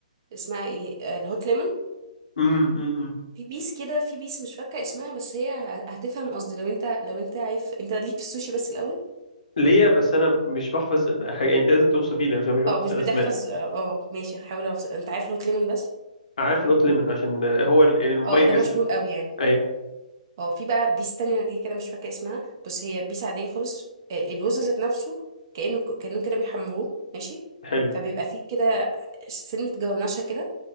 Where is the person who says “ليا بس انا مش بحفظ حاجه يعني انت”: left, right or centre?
Left